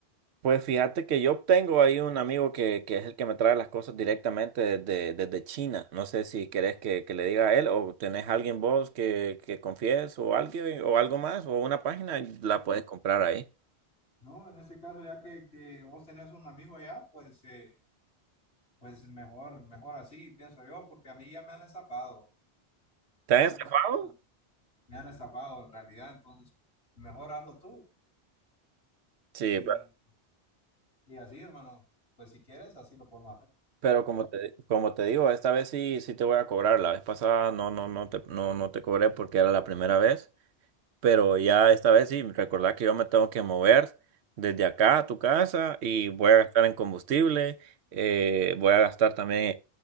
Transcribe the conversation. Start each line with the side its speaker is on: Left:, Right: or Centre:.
Right: Pues fíjate que yo tengo ahí un amigo que, que es el que me trae las cosas directamente desde, desde China. No sé si querés que, que le diga a él o tenés alguien vos que, que confíes o alguien o algo más o una página y la puedes comprar ahí.
Left: No, en ese caso, ya que, que vos tenés un amigo allá, pues, eh, pues mejor, mejor así, pienso yo, porque a mí ya me han estafado,
Right: ¿Estás
Left: ya me han
Right: encerrado?
Left: estafado. me han estafado en realidad, entonces mejor hazlo tú.
Right: Sí,
Left: Y,
Right: pe-
Left: y así, hermano, pues si quieres, así lo podemos hacer.
Right: pero como
Left: No, te-
Right: te, como te digo, esta vez sí, sí te voy a cobrar. La vez pasada no, no, no te, no, no te cobré porque era la primera vez. pero ya esta vez sí, recordá que yo me tengo que mover desde acá a tu casa y voy a gastar en combustible, eh, voy a gastar también